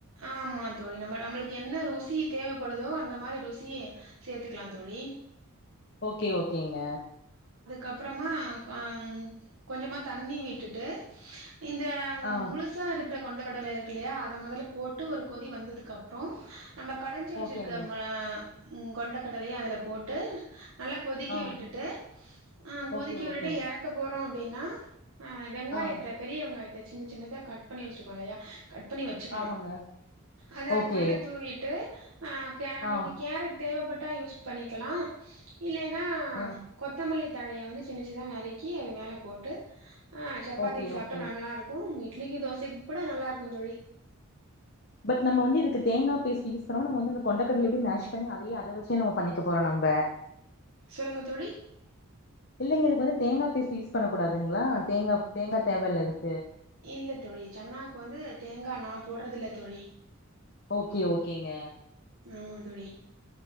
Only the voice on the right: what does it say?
ஆமா தோழி நம்ம நம்மளுக்கு என்ன ருசி தேவைப்படுதோ அந்த மாரி ருசி சேத்துக்கலாம் தோழி
கப்பறமா க கொஞ்சமா தண்ணி விட்டுட்டு இந்த
முழுசாருக் ர கொண்டக்கடல இருக்குல்லையா அத மொதல்ல போட்டு ஒரு கொதி வந்ததுக்கப்றோ நம்ம கடஞ்சு வச்சுருக்க
ம உ கொண்டக்கடலைய் அதுல போட்டு நல்லா கொதிக்க
விட்டுட்டு அ கொதிக்க
விடுட்டு
எறக்க போறோ ன அ வெங்காயத்த
பெரிய வெங்காயத்த சின்ன சின்னதா கட் பண்ணி வச்ருக்கோல்லையா கட் பண்ணி வச்சுக்கணு
அத
அது மேல தூவீட்டு ஆகே நம்மளுக்கு
கேரட் தேவப்பட் ட்டா யூஸ் பண்ணிக்கெலா இல்லைன்னா
கொத்தமல்லி தழைய வந்து சின்ன சின்னதா நறுக்கி அது மேல போட்டு அ சப்பாத்திக்
சாப்ட்டா
நல்லாருக்கு இட்லிக்கு தோசைக்கூட நல்லாருக்கு தோழி
சொல்லுங்க தோழி
இல்ல தோழி சென்னாக்கு வந்து தேங்கா நா போட்றதில்ல தோழி
ஆமா தோழி